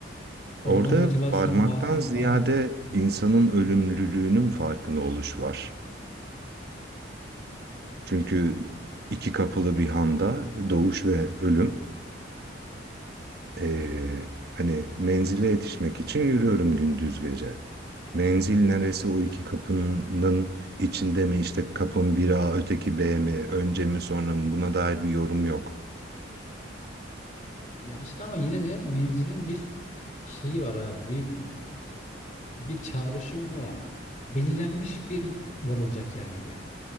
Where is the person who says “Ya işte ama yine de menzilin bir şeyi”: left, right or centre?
Left